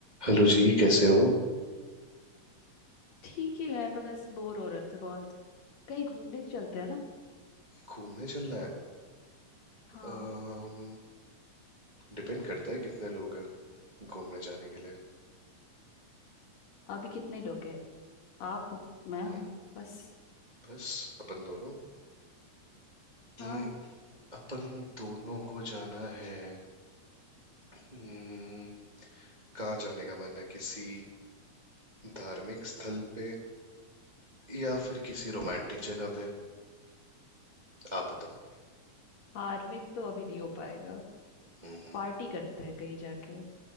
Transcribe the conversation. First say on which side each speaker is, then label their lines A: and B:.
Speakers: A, on the right; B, on the left.
A: Hello जी कैसे हो
B: ठीक ही है बस बोर हो रहे थे बहुत कहीं घूमने चलते हैं ना
A: घूमने चलना है
B: हाँ
A: अम, डिपेंड करता है कितने लोग हैं घूमने जाने के लिए
B: अभी कितने लोग हैं आप हो मैं
A: हम्म,
B: हूँ बस
A: बस अपन दोनों
B: हाँ
A: हम्म, अपन दोनों को जाना है हम्म, कहाँ जाने का मन है किसी धार्मिक स्थल पे या फिर किसी रोमांटिक जगह पे आप बताओ
B: हार्मिक तो अभी नहीं हो पाएगा
A: हम्म
B: पार्टी करते हैं कहीं जाके